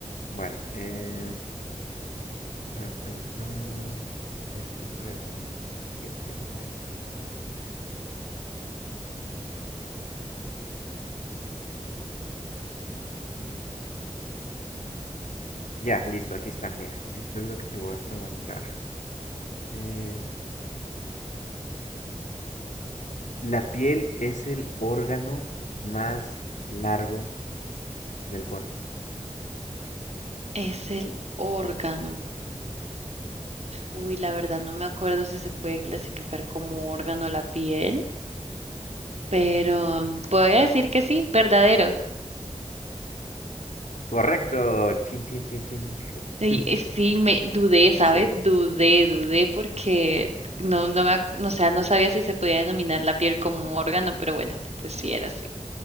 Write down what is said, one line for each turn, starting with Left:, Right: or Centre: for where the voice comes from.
Left: bueno, eh, ah, ah, ah, ¿qué te pregunto? ¿Qué te pregunto? Mm, mm, Ya, listo, aquí está. Mira, esto es lo que te voy a preguntar. Eh, la piel es el órgano más largo del cuerpo.
Right: Es el órgano. Uy, la verdad no me acuerdo si se puede clasificar como órgano la piel, pero voy a decir que sí, verdadero.
Left: Correcto. Chin, chin, chin, chin.
Right: Sí,
Left: <laughs>
Right: eh, sí, me dudé, ¿sabes?
Left: Sí,
Right: Dudé, dudé porque no, no me, ac- no, o sea, no sabía si se podía denominar la piel como órgano, pero bueno, pues sí era así.